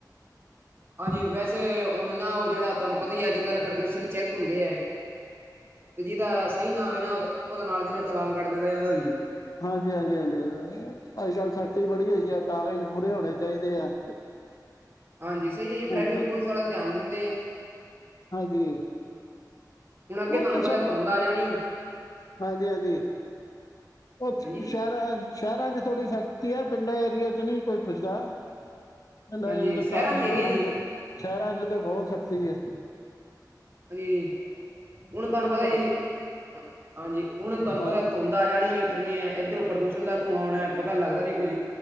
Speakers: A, on the right (about 30°); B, on the left (about 55°).
A: ਹਾਂਜੀ ਵੈਸੇ ਹੁਣ ਨਾ ਉਹ ਜਿਹੜਾ ਤੁਹਾਨੂੰ ਪਤਾ ਈ ਅੱਜ ਕੱਲ੍ਹ ਪ੍ਰਦੂਸ਼ਣ ਚੈੱਕ ਹੁੰਦੇ ਆ, ਤੇ ਜਿਹਦਾ ਸਹੀ ਨਾ ਹੋਵੇ ਨਾ ਉਹਦਾ ਨਾਲ਼ ਦੀ ਨਾਲ਼ ਚਲਾਨ ਕੱਟ ਦਿੱਤਾ ਜਾਂਦਾ ਜੀ।
B: ਹਾਂਜੀ ਹਾਂਜੀ ਹਾਂਜੀ। ਅੱਜਕੱਲ੍ਹ ਸਖ਼ਤੀ ਬੜੀ ਹੋਈ ਆ ਕਾਗਜ਼ ਪੂਰੇ ਹੋਣੇ ਚਾਹੀਦੇ ਆ।
A: ਹਾਂਜੀ ਸਹੀ
B: ਹੁਣ
A: ਐ ਜੀ ਟਰੈਫਿਕ
B: ਤਾਂ-
A: ਪੁਲਿਸ ਆਲਾ ਧਿਆਨ ਦਿੰਦੇ ਐ।
B: ਹਾਂਜੀ।
A: ਹੁਣ
B: <unintelligible>
A: ਅੱਗੇ ਤੁਹਾਨੂੰ ਪਤਾ ਧੁੰਦ ਆ ਜਾਣੀ
B: ਹਾਂਜੀ-ਹਾਂਜੀ। ਉਹ,
A: ਹਾਂਜੀ
B: ਸ਼ਹਿਰਾਂ ਸ਼ਹਿਰਾਂ ਥੋੜ੍ਹੀ ਸਖ਼ਤੀ ਹੈ ਪਿੰਡਾਂ ਏਰੀਏ 'ਚ ਨੀ ਕੋਈ ਪੁੱਛਦਾ। <unintelligible>
A: ਹਾਂਜੀ ਸ਼ਹਿਰਾਂ 'ਚ ਹੀ ਹੈਗੀ ਹੈ ਜੀ
B: ਸ਼ਹਿਰਾਂ ਚ ਤਾਂ ਬਹੁਤ ਸਖ਼ਤੀ ਏ।
A: ਹਾਂਜੀ, ਹੁਣ ਤੁਹਾਨੂੰ ਪਤਾ
B: ਘੱਟ
A: ਜੀ,
B: ਅ
A: ਹਾਂਜੀ ਹੁਣ ਤੁਹਾਨੂੰ
B: ਹਾਂ
A: ਪਤਾ ਧੁੰਦ- ਆ ਜਾਣੀ ਹੋਇਆ ਕਰਨੀ ਆ ਇੱਧਰੋਂ ਪ੍ਰਦੂਸ਼ਣ ਦਾ ਧੂੰਆਂ ਹੋਣਾ ਪਤਾ ਲੱਗਦਾ ਨੀ ਕੁੱਝ।